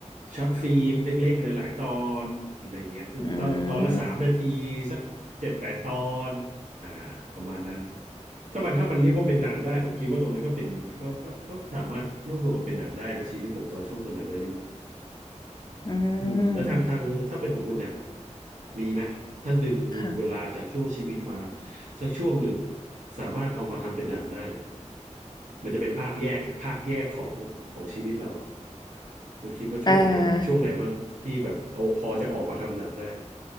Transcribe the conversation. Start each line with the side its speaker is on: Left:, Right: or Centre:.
Right: ช็อตฟิล์มเล็กๆหลายๆตอนอะไรอย่างเงี้ยตอนตอนตอนละสามนาทีสักเจ็ดแปดตอนอ่าประมาณนั้น
Left: อืม
Right: ถ้ามันถ้ามันเรียกว่าเป็นหนังได้ผมคิดว่าตรงนั้นก็เป็นก็ก็ก็สามารถรวบรวมมาเป็นหนังได้นะชีวิตผมตอนช่วงสมัยวัยรุ่น
Left: อืมอื
Right: อืมแล้วทางทางถ้าเป็นของคุณเนี่ย
Left: ม
Right: มีไหมถ้าดึงเวลาจากช่วงชีวิตมา
Left: ค่ะ
Right: สักช่วงหนึ่งสามารถเอามาทำเป็นหนังได้เนี่ยมันจะเป็นภาคแยกภาคแยกของของชีวิตเราอ่ะคุณคิดว่าช่วงไหนช่วงไหนบ้างที่แบบเอาพอจะออกมาทำหนังได้
Left: อ่า